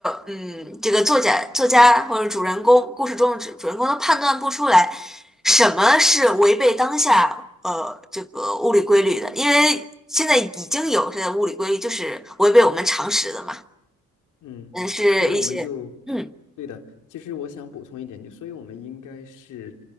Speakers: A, in the centre; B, on the left.
A: 嗯，这个作家作家或者主人公故事中的主主人公都判断不出来什么是违背当下呃这个物理规律的，因为现在已经有这个物理规律就是违背我们常识的嘛，
B: 嗯，
A: 嗯，是一些嗯
B: 所以我们就，对的。其实我想补充一点，就所以我们应该是